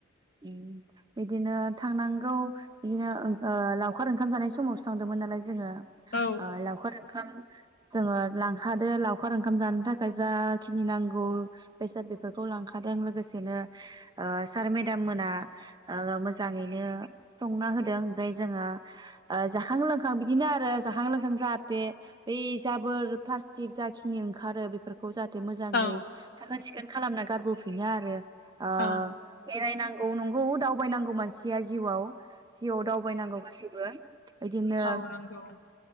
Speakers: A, on the right (about 20°); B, on the left (about 50°).
A: उम बिदिनो थांनांगौ बिदिनो ओ लावखार ओंखाम जानाय समावसो थांदोंमोन नालाय जोङो
B: औ
A: ओ लावखार ओंखाम जोङो लांखादो लावखार ओंखाम जानो थाखाय जाखिनि नांगौ बेसाद बेफोरखौ लांखादों लोगोसेनो सारमेत दाम मोना मोजाङैनो संना होदों ओमफ्राय जोङो जाखां लोंखां बिदिनो आरो जाखां लोंखां जाहाथे बै जाबोर प्लाटिक जाखिनि ओंखारो बेफोरखौ जाह थे मोजाङै
B: औ
A: साखोन सिखोन खालामना गारबोफिनो आरो ओ
B: औ
A: नांगौ नंगौ दावबायनांगौ मानसिया जिउआव जिउआव दावबायनांगौ गासैबो बिदिनो
B: औ नंगौ